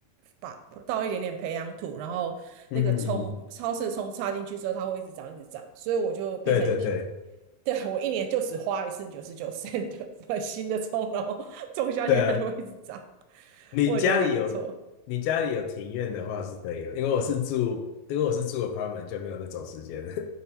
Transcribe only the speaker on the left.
嗯嗯嗯，
对对对
对啊，你家里有你家里有庭院的话是可以的，
因为我是住因为我是住 apartment 就没有那种时间，